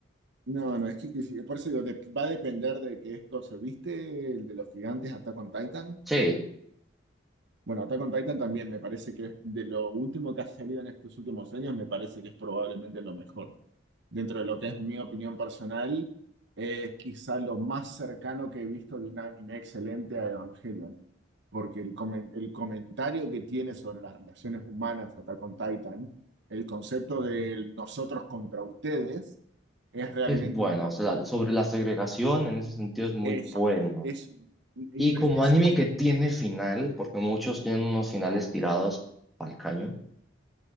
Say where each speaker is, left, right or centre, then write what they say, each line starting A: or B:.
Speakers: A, on the right; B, in the centre.
A: no, no, es que que- por eso digo, de- va a depender de qué es cosa. ¿Viste el de los gigantes Attack on Titan?
B: Sí,
A: Bueno, Attack on Titan también me parece que es de lo último que ha salido en estos últimos años, me parece que es probablemente lo mejor. Dentro de lo que es mi opinión personal, eh, es quizá lo más cercano que he visto de un anime excelente a Evangelion, porque el, comen- el comentario que tiene sobre las relaciones humanas Attack on Titan, el concepto de nosotros contra ustedes, es realmente
B: Es bueno,
A: una cosa
B: o sea, sobre la segregación en ese sentido es muy
A: Es,
B: bueno.
A: es, impre-
B: Y como
A: es
B: anime
A: imp-
B: que tiene final, porque muchos tienen unos finales tirados al caño.